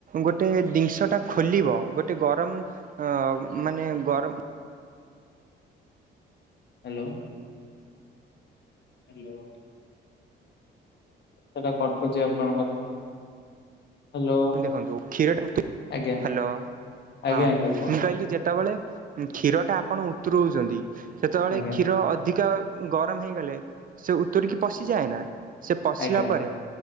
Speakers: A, on the right; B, on the left.
A: ଗୋଟେ ଜିନିଷ ଟା ଖୋଲିବ ଗୋଟେ ଗରମ ଅ ମାନେ ଗରମ
B: ହ୍ୟାଲୋ ହ୍ୟାଲୋ ସେଟା କଟୁଛି ଆପଣଙ୍କର ହ୍ୟାଲୋ
A: ଦେଖନ୍ତୁ କ୍ଷୀର ହ୍ୟାଲୋ
B: ଆଜ୍ଞା ଆଜ୍ଞା
A: ହଁ
B: ଆଜ୍ଞା କୁହ
A: ମୁଁ କହିଲି ଯେତେବେଳେ କ୍ଷୀର ଟା ଆପଣ ଉତରଉଛନ୍ତି ସେତେବେଳେ
B: ଆଜ୍ଞା
A: କ୍ଷୀର ଅଧିକା ଗରମ ହେଇଗଲେ ସେ ଉତୁରିକି ପଶିଯାଏନା ସେ ପଶିଲା
B: ଆଜ୍ଞା
A: ପରେ